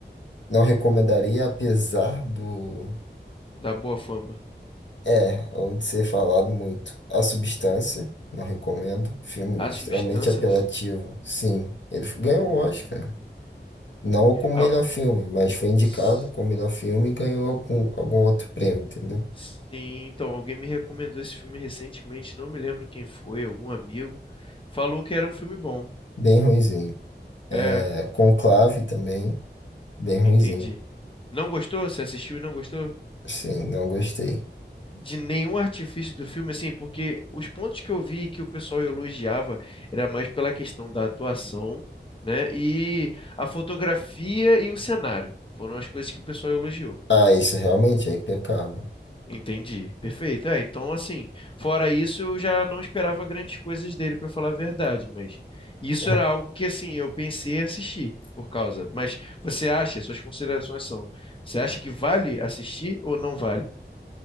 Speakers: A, on the left; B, on the left.
A: não recomendaria, apesar do.
B: Dá boa fama.
A: É, onde ser falado muito. A Substância, não recomendo. Filme
B: A
A: extremamente
B: substância,
A: apelativo.
B: você.
A: Sim, ele f- ganhou
B: Hum.
A: o Oscar. Não como
B: Ah,
A: melhor filme, mas foi indicado
B: s-
A: como melhor filme e ganhou algum, algum outro prêmio, entendeu?
B: sim, então, alguém me recomendou esse filme recentemente. Não me lembro quem foi, algum amigo. Falou que era um filme bom.
A: Bem ruinzinho.
B: É,
A: É, Conclave também, bem ruinzinho.
B: entendi. Não gostou? Você assistiu e não gostou?
A: Sim, não gostei.
B: de nenhum artifício do filme, assim, porque os pontos que eu vi que o pessoal elogiava era mais pela questão da atuação, né? E a fotografia e o cenário foram as coisas que o pessoal elogiou.
A: Ah, isso realmente é impecável.
B: Entendi, perfeito. É, então, assim, fora isso, eu já não esperava grandes coisas dele, para falar a verdade, mas isso
A: <laughs>
B: era algo que, assim, eu pensei em assistir por causa. Mas você acha, suas considerações são, você acha que vale assistir ou não vale?